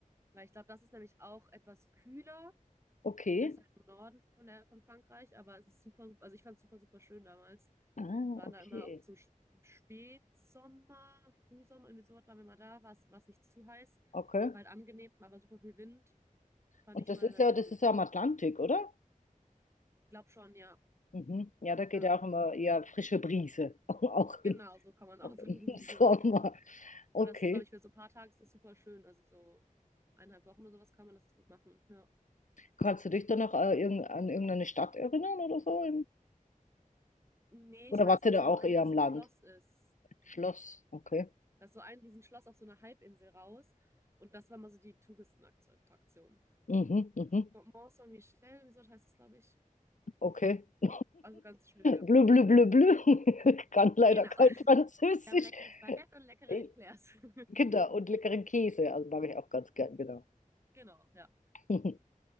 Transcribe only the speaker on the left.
okay.
Ah,
okay.
Okay.
Und
das ist
ja,
das ist ja am Atlantik, oder?
Mhm. Ja, da geht
ja auch immer eher frische Brise, <laughs> auch
im,
auch
im
<laughs> Sommer. Okay.
Kannst du dich dann noch äh, irgend- an irgendeine Stadt erinnern oder so?
Oder
warst
du
da
auch
eher
am Land?
Schloss, okay.
Mhm, mhm,
okay. <laughs>
Blö, blö, blö, blö. <laughs> Kann leider
kein
Französisch.
Äh,
Genau, und leckeren Käse, also mag ich auch ganz gern, genau.
<laughs>